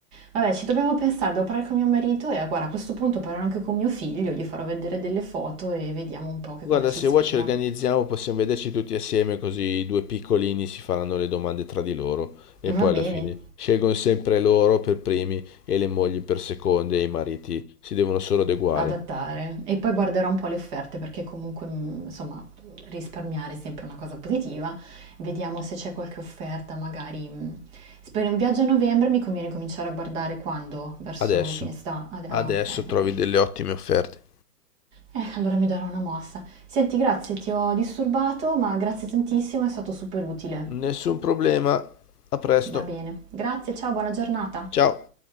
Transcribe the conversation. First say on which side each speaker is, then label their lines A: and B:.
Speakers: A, on the right (about 30°); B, on the left (about 70°).
A: Vabbè, ci dobbiamo pensare, devo parlare con mio marito e ah, guarda, a questo punto parlerò anche con mio figlio, gli farò vedere delle foto e vediamo un po' che cosa
B: Guarda,
A: ci
B: se
A: ispira.
B: vuoi ci organizziamo, possiamo vederci tutti assieme, così i due piccolini si faranno le domande tra di loro e poi
A: Va bene,
B: alla fine scelgono sempre loro per primi e le mogli per seconde e i mariti si devono solo adeguare.
A: adattare. E poi guarderò un po' le offerte perché comunque, mh, insomma, risparmiare è sempre una cosa positiva. Vediamo se c'è qualche offerta, magari... mh, se Per un viaggio a novembre mi conviene cominciare a guardare quando? Verso
B: Adesso,
A: fine estate? Ah,
B: adesso
A: ah, ok, va
B: trovi
A: bene.
B: delle ottime offerte.
A: Eh, allora mi darò una mossa. Senti, grazie, ti ho disturbato, ma grazie tantissimo, è stato super utile.
B: Nessun problema, a presto.
A: Va bene, grazie, ciao, buona giornata.
B: Ciao.